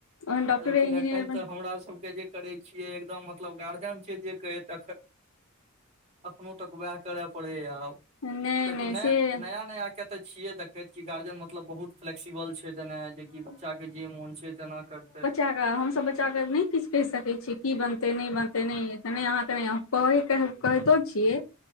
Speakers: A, on the left; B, on the right.
A: ओहन डॉक्टरे
B: लेकिन
A: इंजीनियर
B: एखन
A: बन
B: तऽ हमरा सभके जे करै छियै एकदम मतलब गार्जियन छिय जे कहैत अखनो तक उएह करय पड़ैए आब
A: नहि
B: कियकि
A: नहि
B: नय
A: से
B: नया नया तऽ छिये देखैत क गार्जियन मतलब बहुत फ्लेक्सिबल छै ना जेकि बच्चा के जे मोन छै तेना कर
A: बच्च हमसभ बच्चाके नहि किछु कहि सकैत छिये की बनतै नहि बनतै नहि नहि अहाँके नहि। <unintelligible> केह केहीतो छियै।